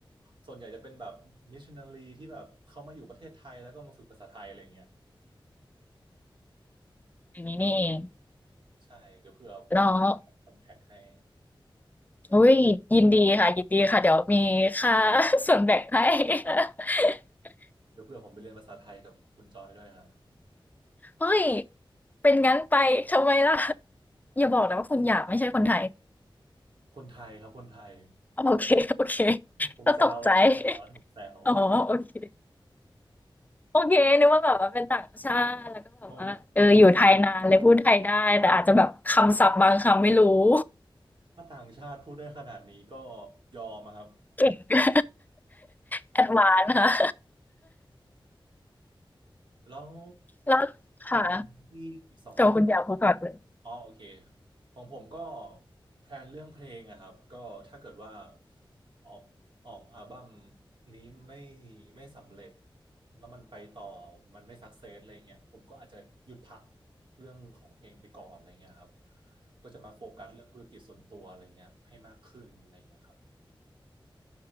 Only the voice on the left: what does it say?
อย่างนี้นี่เอง
แล้ว
อุ้ยยินดีค่ะยินดีค่ะเดี๋ยวมีค่า <laughs> ส่วนแบ่งให้ <laughs>
เฮ้ยเป็นงั้นไปทำไมล่ะอย่าบอกนะว่าคุณอยากไม่ใช่คนไทย
โอเคโอเค
ก็ตกใจ <laughs> อ๋อโอเคโอเคนึกว่าแบบว่าเป็นต่างชาติแล้วก็แบบว่าเอออยู่ไทยนานเลยพูดไทยได้แต่อาจจะแบบคำศัพท์บางคำไม่รู้
<laughs> เก่ง <laughs> แอดวานซ์ค่ะ
แล้วค่ะ
แต่ว่าคุณอยากพูดก่อนเลย